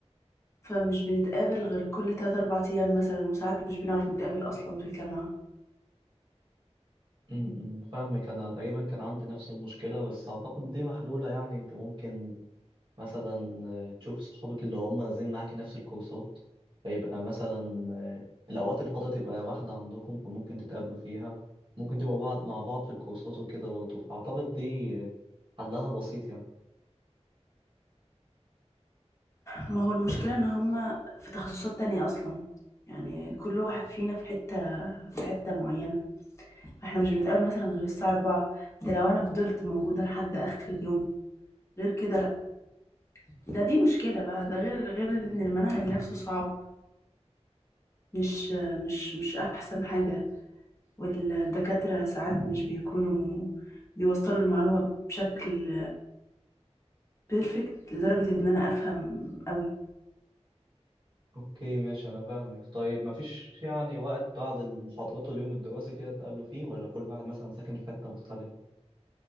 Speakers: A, on the left (about 25°); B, on the right (about 45°).
A: فمش بنتقابل غير كل 3 4 ايام مثلا وساعات مش بنعرف نتقابل اصلا في الجامعه
B: م- م، فاهمك أنا تقريبا كان عندي نفس المشكلة بس أعتقد دي محلولة يعني أنت ممكن مثلا آه، تشوف صحابك اللي هم نازلين معاكي نفس الكورسات فيبقى مثلا آه، الأوقات الفاضية تبقى واحدة عندكم فممكن تتقابلوا فيها ممكن تبقوا بعض مع بعض في الكورسات وكده برضه فأعتقد دي آه، حلها بسيط يعني
A: ما هو المشكله ان هما في تخصصات تانية اصلا يعني كل واحد فينا في حته في حته معينه احنا مش بنتقابل مثلا غير الساعة 4 ده لو انا فضلت موجودة لحد اخر اليوم غير كده لا ده دي مشكلة بقى ده غير غير ان المنهج نفسه صعب مش مش مش احسن حاجة والدكاترة ساعات مش بيكونوا بيوصلوا المعلومة بشكل بيرفكت لدرجة ان انا افهم قوي
B: اوكي ماشي انا فاهمك طيب مفيش يعني وقت بعد المحاضرات واليوم الدراسي كده تقابلوا فيه ولا كل واحد مثلا ساكن في حتة مختلفة